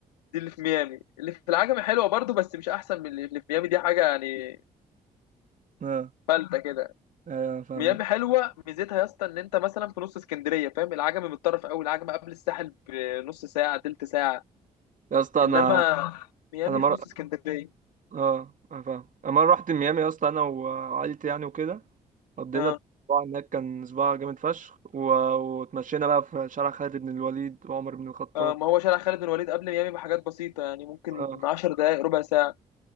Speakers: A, on the left; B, on the right.
A: دي اللي في ميامي اللي في العجمي حلوة برضو بس مش أحسن من اللي اللي في ميامي دي حاجة يعني
B: اه
A: فلتة <laughs> كده
B: ايوه فاهم
A: ميامي حلوة ميزتها يا اسطى إن أنت مثلا في نص اسكندرية فاهم العجمي متطرف أوي العجمي قبل الساحل بنص ساعة تلت ساعة
B: يا اسطى
A: إنما
B: انا
A: ميامي
B: انا مره
A: في نص اسكندرية
B: اه انا فاهم انا مره رحت ميامي يا اسطى انا وعائلتي يعني وكده قضينا
A: اه
B: اسبوع هناك كان اسبوع جامد فشخ و... واتمشينا بقى في شارع خالد بن الوليد وعمر بن الخطاب
A: اه ما هو شارع خالد بن الوليد قبل ميامي بحاجات بسيطة يعني ممكن
B: اه
A: 10 دقايق ربع ساعة